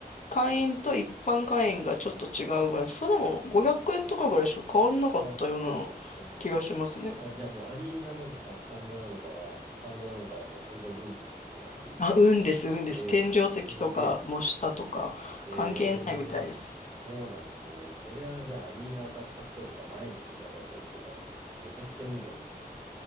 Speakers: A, on the left (about 50°); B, on the right (about 20°).
A: 会員と一般会員がちょっと違うぐらい、それでも500円とかぐらいしか変わんなかったような気がしますね。
B: ああ、そうなんですね。あ、じゃあもうアリーナなのか、スタンドなのかは、スタンドなのかはもう完全運って感じですか。
A: あ、運です、運です。
B: えー、
A: 天井石とか、
B: すげ
A: もう下とか、
B: え。
A: 関係ないみたいです。
B: えー、そうなんですね。そりゃあ、じゃあアリーナ当たった人とか、前の席当たった人とかは、めちゃくちゃ運がいいですね。